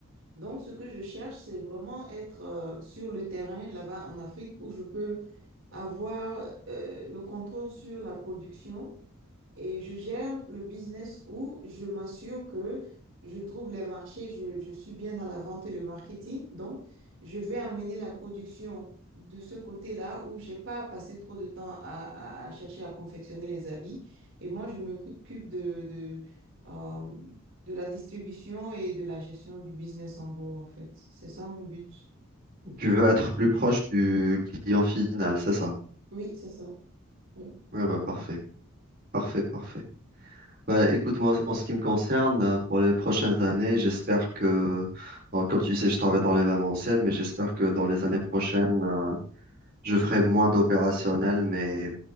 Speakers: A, on the right; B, on the right.
A: Donc, ce que je cherche, c'est vraiment être euh, sur le terrain là-bas en Afrique où je peux avoir euh, le contrôle sur la production et je gère le business où je m'assure que je trouve les marchés, je, je suis bien dans la vente et le marketing. Donc, je vais amener la production de ce côté-là où j'ai pas à passer trop de temps à, à- à chercher à confectionner les habits. Et moi, je m'occupe de, de, euh, de la distribution et de la gestion du business en gros, en fait. C'est ça mon but.
B: Tu veux être plus proche du client final, c'est ça?
A: Oui, c'est ça. Oui.
B: Ouais, bah, parfait, parfait, parfait. Bah, écoute, moi, en ce qui me concerne, euh, pour les prochaines années, j'espère que, bon, comme tu sais, je travaille dans l'événementiel, mais j'espère que dans les années prochaines, euh, je ferai moins d'opérationnel, mais